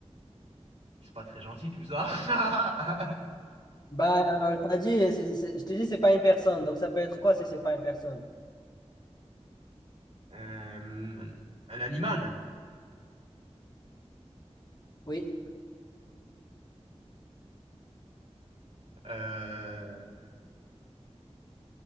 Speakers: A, on the right (about 65°); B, on the left (about 35°).
A: C'est pas très gentil tout ça. <laughs>
B: Bah, euh, t'as dit, euh, c'est- c'est- je t'ai dit, c'est pas une personne. Donc, ça peut être quoi si c'est pas une personne?
A: Euh, un animal.
B: Oui,
A: Euh,